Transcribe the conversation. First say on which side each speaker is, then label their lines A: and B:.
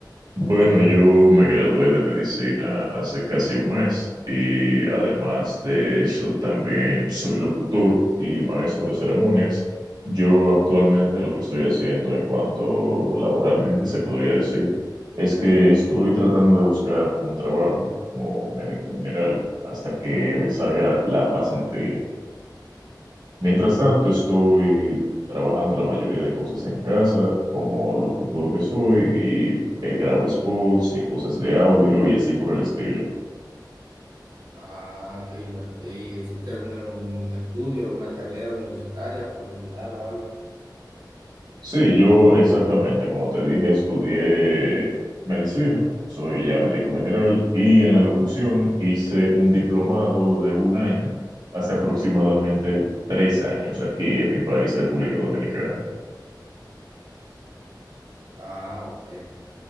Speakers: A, on the right (about 65°); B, on the right (about 85°).
A: Bueno, yo me gradué de medicina hace casi un mes y además de eso también soy locutor y maestro de ceremonias. Yo actualmente lo que estoy haciendo en cuanto laboralmente se podría decir es que estoy tratando de buscar un trabajo como médico general hasta que me salga la pasantía. Mientras tanto, estoy trabajando la mayoría de cosas en casa, como locutor que soy, y eh, grabo spots y cosas de audio y así por el estilo.
B: Ah, ok, no- ¿y hiciste algún un estudio, alguna carrera universitaria, profesional o algo?
A: Sí, yo exactamente, como te dije, estudié medicina, soy ya médico general, y en la locución hice un diplomado de un año, hace aproximadamente tres años aquí en mi país, República Dominicana.
B: Ah, ok.